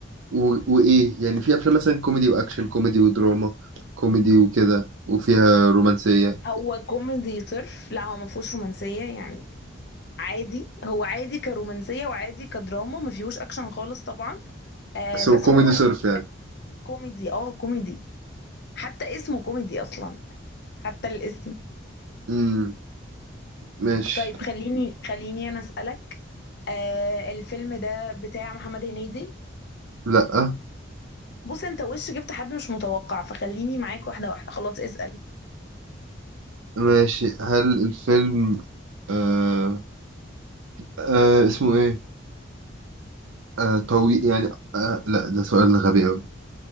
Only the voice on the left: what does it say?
هو كوميدي صرف لا هو ما فيهوش رومانسية يعني عادي هو عادي كرومانسية وعادي كدراما ما فيهوش اكشن خالص طبعا آه
بس
هو
كوميدي اه كوميدي حتى اسمه كوميدي اصلا يعني حتى الاسم
طيب خليني خليني انا اسالك آه الفيلم ده بتاع محمد هنيدي
بص انت وش جبت حد مش متوقع فخليني معاك واحده واحده خلاص اسال